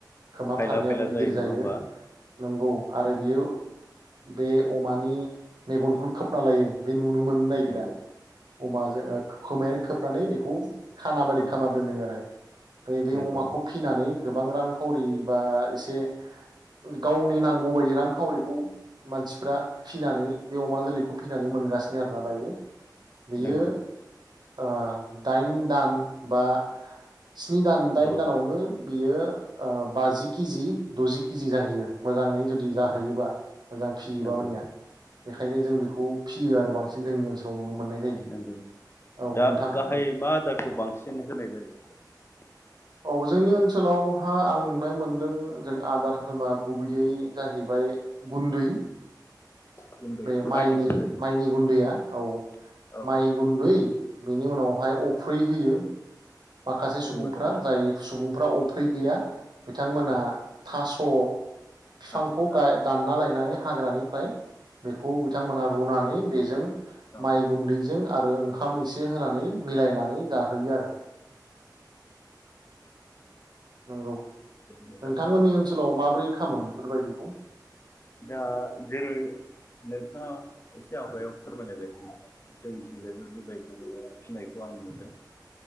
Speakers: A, on the right; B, on the left.
A: खोमा
B: फायला
A: फारनैयाबो
B: फायला
A: गिदिर जायो
B: नङा होमबा
A: नंगौ आरो बियो बे अमानि मेगनखौनो खोबना लायो। बे नुनो मोननो नागिरा
B: नंगौ
A: अमाजो खोमायानो खोबनानै बेखौ खाना बादि
B: औ
A: खामना दोनो आरो ओमफाय बे
B: नंगौ
A: अमाखौ फिनानै गोबां रां खावरि बा इस <unintelligible> गावनि नांगौ बायदि रांखावरिखौ मानसिफ्रा फिनानै बे अमा जोलैखौ फिनानै मोनगासिनो आरोना दायो बेयो
B: नंगौ
A: ओ दाइन दान बा स्नि दान, दाइन
B: द
A: दानावनो बियो ओ बाजि किजि दजि किजि जाहैयो। मोजाङै जुदि जाहैयोबा
B: औ
A: मोजां फियोबा
B: नंगौ
A: मानिया बेखायनो जों बेखौ फियो आरो बांसिन जोंनि ओनसोलाव नुनो मोननाय जायो,
B: नंगौ
A: औ
B: दा
A: नोंथां
B: गाहायै
A: दे।
B: मा आदारखौ बांसिन होनाय जायो
A: औ जोंनि ओनसोलावहा आं नुनाय मोनदों जों आदार होनबा गुबैयै जाहैबाय गुन्दै
B: गुन्दै
A: बे माइनि
B: गुन्दै
A: माइनि गुन्दैया औ
B: औ
A: माइ गुन्दै बेनि उनावहाय अ फै होयो। माखासे
B: अफ्रि
A: सुबुंफ्रा
B: मोनोना
A: जाय सुबुंफ्रा अफ्रि गैया बिथांमोना
B: औ
A: थास' फिफांखौ
B: थास' दानो
A: गाय दानना लायनानै हाग्रानिफ्राय बेखौ
B: औ
A: बिथांमोना रुनानै बेजों
B: जोबोद
A: माइ गुन्दैजों आरो ओंखाम एसे होनानै मिलायना नै जाहोयो आरो। नंगौ
B: मोजां
A: नोंथांमोननि ओनसोलाव माबोरै खामो बेफोरबायदिखौ?
B: दा जेरै नोंथाङा एसे आवगायाव फोरमायनाय बायदि जोंनि <unintelligible> बेबायदिनो फिनायखौ आं नुदों।